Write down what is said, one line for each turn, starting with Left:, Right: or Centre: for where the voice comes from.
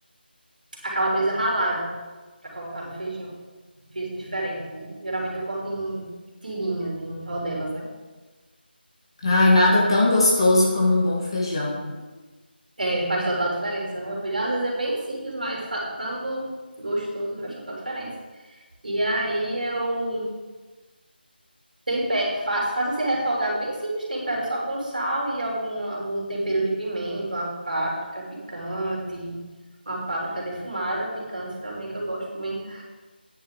Right: a calabresa ralada para colocar no feijão. Fiz diferente, né? Geralmente eu corto em tirinhas, em rodelas, né?
Left: Ai, nada tão gostoso como um bom feijão.
Right: É, faz total diferença, né? O feijão às vezes é bem simples, mas fa- estando gostoso faz total diferença. E aí eu Tempe... faz faça esse refogado bem simples, tempero só com sal e algum, algum tempero de pimenta, uma páprica picante, uma páprica defumada, picante também, que eu gosto de pimenta.